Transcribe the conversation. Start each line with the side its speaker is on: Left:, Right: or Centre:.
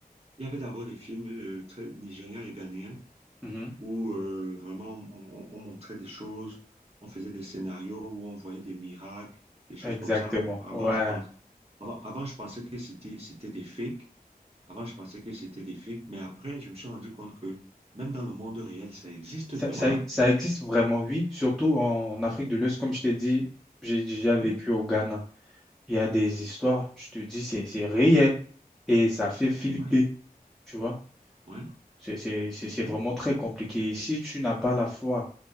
Right: Il y avait d'abord des films euh, très nigérians et ghanéens
Centre: Mhm.
Right: où euh, vraiment on, on- on montrait des choses, on faisait des scénarios où on voyait des miracles, des choses
Centre: Exactement,
Right: comme ça. Avant,
Centre: ouais.
Right: je pense, avant, avant, je pensais que c'était, c'était des fakes. Avant, je pensais que c'était des fakes. Mais après, je me suis rendu compte que même dans le monde réel, ça existe
Centre: Ça,
Right: vraiment.
Centre: ça,
Right: hein.
Centre: ça existe vraiment, oui, surtout en Afrique de l'Ouest, comme je t'ai dit, j'ai déjà vécu
Right: Oui,
Centre: au Ghana. Il y a des histoires, je te dis, c'est, c'est réel et ça fait flipper,
Right: oui,
Centre: tu vois.
Right: oui,
Centre: C'est, c'est, c'est c'est
Right: oui,
Centre: vraiment très compliqué. Si tu n'as pas la foi,